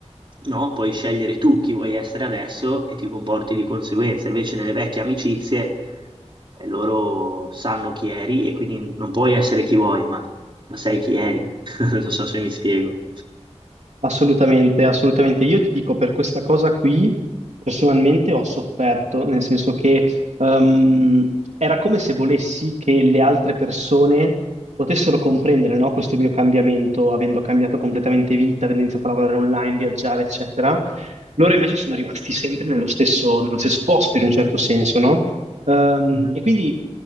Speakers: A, on the right; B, on the right.
A: No, puoi scegliere tu chi vuoi essere adesso e ti comporti di conseguenza. Invece nelle vecchie amicizie eh, loro sanno chi eri e quindi non puoi essere chi vuoi, ma, ma sai chi eri. <laughs> Non so se mi spiego.
B: Assolutamente, assolutamente. Io ti dico, per questa cosa qui, personalmente ho sofferto, nel senso che ehm, era come se volessi che le altre persone potessero comprendere, no, questo mio cambiamento, avendo cambiato completamente vita, avendo iniziato a lavorare online, viaggiare, eccetera. Loro invece sono rimasti sempre nello stesso, nello stesso posto, in un certo senso, no? Ehm,
A: Mhm.
B: e quindi